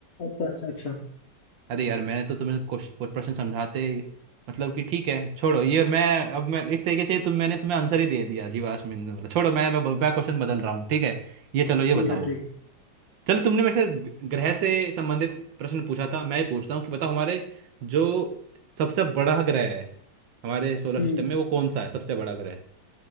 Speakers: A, on the left; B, on the right.
A: अच्छा अच्छा अच्छा
B: अरे यार मैंने तो तुम्हें कुछ कुछ प्रश्न समझाते मतलब कि ठीक है छोड़ो ये मैं अब मैं एक तरीके से तुम मैंने तुम्हें आंसर ही दे दिया जीवाश्म ईंधन वाला छोड़ो मैं मैं, मैं क्वेश्चन बदल रहा हूँ ठीक है ये चलो ये बताओ
A: ठीक है ठीक है
B: चलो तुमने मेरे से ग- ग्रह से संबंधित प्रश्न पूछा था मैं ही पूछता हूँ कि बताओ हमारे जो सबसे बड़ा ग्रह है हमारे सोलर
A: हम्म
B: सिस्टम में वो कौन सा है सबसे बड़ा ग्रह